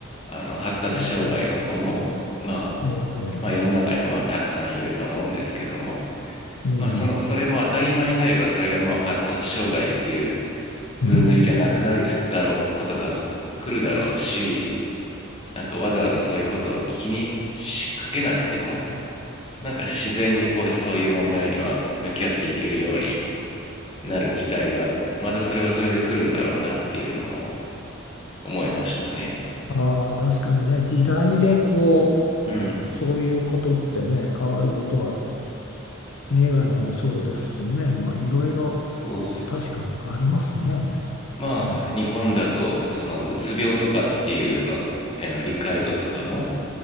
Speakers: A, on the left; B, on the left.
A: あの発達障害の子も、
B: そうですね。
A: まあ、
B: ええ
A: まあ世の中にはまあたくさんいると思うんですけども、
B: うん。
A: まあ、そのそれも当たり前になればそれがまあ発達障害っていう
B: <laughs>
A: 分類じゃなくなるだろうことが来るだろうしなんかわざわざそういうことを気にしかけなくてもなんか自然にこうそういう問題には向き合っていけるようになる時代がまたそれはそれで来るんだろうなっていうのも思いましたね。
B: ああ、確かにね、時代でこ
A: うん
B: う、そういうことってね、変わることは、メガネもそうですしね、まあ、いろいろ
A: そうそう。
B: 確かにありますね。
A: まあ日本だとそのうつ病とかっていうのへの理解度とかも
B: うん。